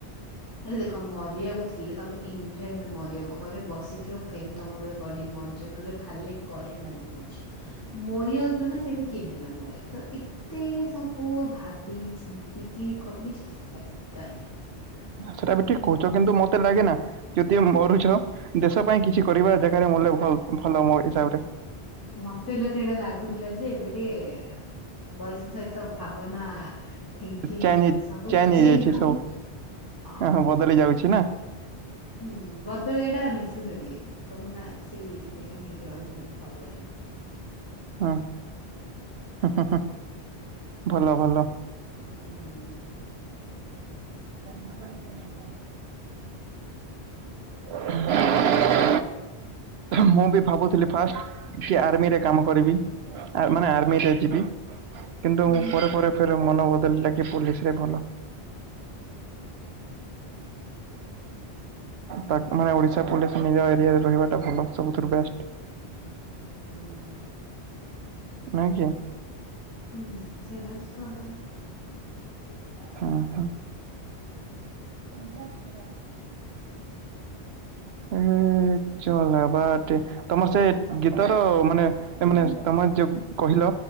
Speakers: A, on the left; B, on the right.
A: ଆରେ ଦେଖ ମରିବାକୁ ଥିଲେ ତ ଆମେ ଇନ୍ଭିଟ ମରବ ଘରେ ବସିଥିବ ଫେନ୍ ତମ ଉପରେ ପଢି ମରିଯିବ ନହେଲେ। ଖାଲି କରେଣ୍ଟ ବାଜି ମରିଯିବ ମାରିବାଗୁ ଥିବନା ସେଠି କେନ୍ତି। ହେଲା ମରିଯାଉଥାଏ ତ ଏତେ ସବୁ ଭାବି ଚିନ୍ତିକି କରି କି ଥାଏ। ତାନି।
B: ସେଟା ବି ଠିକ୍ କହୁଚ କିନ୍ତୁ ମତେ ଲାଗେ ନା ଯେତିକି ମରୁଛ ଦେଶ ପାଇଁ କିଛି କରିବା ଜାଗାରେ ମଲେ ଭଲ ଭଲ ମୋ ହିସାବରେ।
A: ମତେ ହେଲେ ସେଇଟା ଲାଗୁଥିଲା ଯେ ଏବେ ଟିଏ। ବୟସ ସହିତ ଭାବନା। ଥିଙ୍କିଙ୍ଗ
B: ଚେଞ୍ଚ
A: ସବୁ
B: ଚେଞ୍ଚ
A: ଚେଞ୍ଜ
B: ହେଇଯାଇଛି
A: ହଉ
B: ସବୁ
A: ହଁ
B: ଓହୋ ବଦଳି ଯାଉଛି ନା।
A: ହୁଁ ବଦଳିବାଟା ନେଶେସରୀ କାହିଁକିନା ସେଇ ସେମ ହେଇକି ରହିଲେ ବି ଭଲ ନା।
B: ହଁ ହଁ ହଁ ଭଲ ଭଲ।
A: ହୁଁ।
B: <unintelligible> <unintelligible> ମୁଁ ବି ଭାବୁଥିଲି ଫାଷ୍ଟ କି ଆର୍ମିରେ କାମ କରିବି। ଆ-ମାନେ ଆର୍ମିରେ ଯିବି। କିନ୍ତୁ
A: ହୁଁ
B: ପରେ ପରେ ଫେର ମନ ବଦଳିଲା କି ପୋଲିସରେ ଭଲ। ତା ମାନେ ଓଡିଶା ପୋଲିସ ନିଜ ଏରିଆରେ ରହିବାଟା ଭଲ ସବୁଥିରୁ ବେଷ୍ଟ।
A: ହୁଁ।
B: Thank you.
A: ହୁଁ ସେ ଖାଉଚି ତ ଅଧା।
B: ହଁ ହଁ। ଅଣ୍ଡା କ୍ଷୀର ହ ଏ ଚଲା ବାଟେ ତମର ସେ ଗୀତର ମାନେ ଏ ମାନେ ତମର ଯୋଉ କହିଲ।